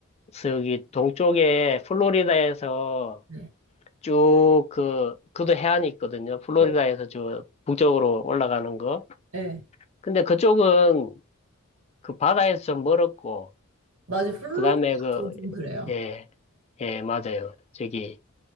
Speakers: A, on the left; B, on the right.
A: 저기 동쪽에 플로리다에서
B: 네.
A: 쭉 그, 그도 해안이 있거든요. 플로리다에서
B: 네.
A: 저 북쪽으로 올라가는 거.
B: 네.
A: 근데 그쪽은 그 바다에서 좀 멀었고,
B: 맞아. 플로리다
A: 그 다음에 그,
B: 쪽은 좀 그래요.
A: 예, 예, 맞아요. 저기